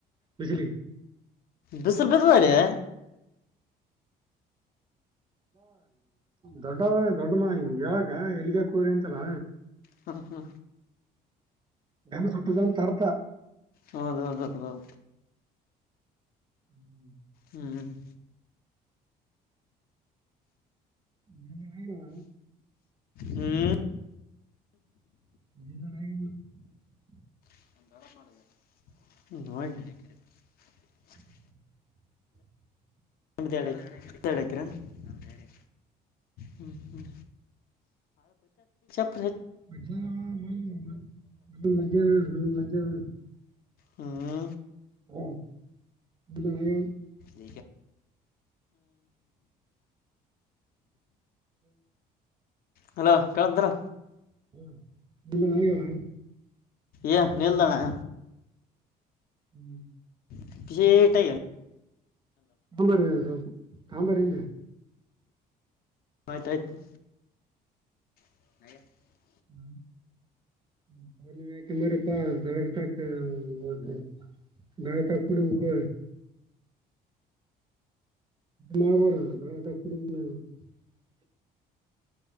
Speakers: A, on the right; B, on the left.
A: ಬಜಲಿ.
B: ಬಿಸಲ್ ಬಿಸುವ ರ.
A: ದೊಡ್ಡ ದೊಡ್ಡಮ್ಮ ಹಿಂಗ ಹೇಳಕ ಎಲ್ಲಿಗ ಕೂರಿಂತಲ್ಲ.
B: ಹಾ ಹಾ.
A: ಜನ ಟ್ಟ ಜ ತ.
B: ಹೌದ ಹೌದ ಹೌದು ಹೌ.
A: ಹ್ಮ್.
B: ಹ್ಮ್. <inaudible>
A: ಇನ್ನರ.
B: ಹ್ಮ್.
A: <unintelligible>
B: <unintelligible>
A: <inaudible>
B: <unintelligible> ಎರಡು ಎಕ್ರೆ ನಮ್ದ್ ಎರಡ್ ಎಕ್ರೆ ಹುಂ ಹುಂ <unintelligible>
A: <unintelligible>
B: ಹಾ.
A: <unintelligible>
B: <unintelligible> <unintelligible> Hello ಕೇಳಂತಿಲ್ಲ
A: <unintelligible>
B: A ನೀಲಣ್ಣ.
A: ಹ್ಮ್.
B: <unintelligible>
A: ತಂಬರೆ <unintelligible> ತಂಬಾರೆಂಗೆ.
B: ಆಯ್ತಾಯ್ತು. <unintelligible>
A: ಹ್ಮ್. <unintelligible> <unintelligible> ಮಾಡ್ಬೋಡ ಬೆಳಗಾಗ ಕುಡ. <unintelligible>